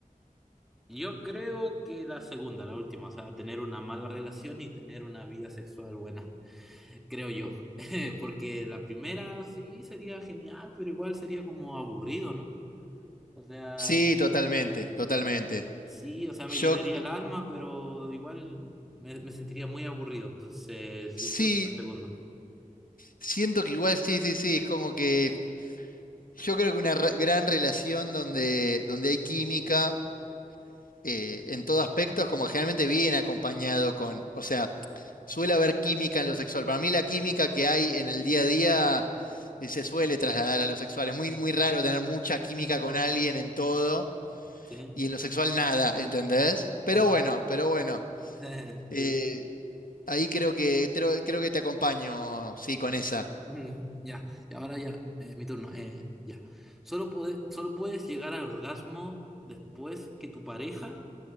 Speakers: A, in the centre; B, on the left.
A: Yo creo que la segunda, la última, o sea, tener una mala relación y tener una vida sexual buena, <laughs> creo yo. <laughs> Porque la primera sí sería genial, pero igual sería como aburrido, ¿no? O sea,
B: Sí, totalmente, totalmente.
A: sí, o sea, me
B: Yo
A: llenaría
B: c-
A: el alma, pero igual me, me sentiría muy aburrido. Entonces,
B: sí,
A: yo creo que la segunda,
B: siento que igual sí, sí, sí, es como que yo creo que una re- gran relación donde, donde hay química. eh, en todo aspecto, es como generalmente viene acompañado con, o sea, suele haber química en lo sexual. Para mí la química que hay en el día a día eh, se suele trasladar a lo sexual. Es muy, muy raro tener mucha química con alguien en todo
A: ¿sí?
B: y en lo sexual nada, ¿entendés? Pero
A: Sí.
B: bueno, pero bueno,
A: <laughs>
B: eh,
A: Sí.
B: ahí creo que, creo, creo que te acompaño, sí, con esa.
A: No, ya, y ahora ya, eh, mi turno, eh, ya. Solo puede- solo puedes llegar al orgasmo después que tu pareja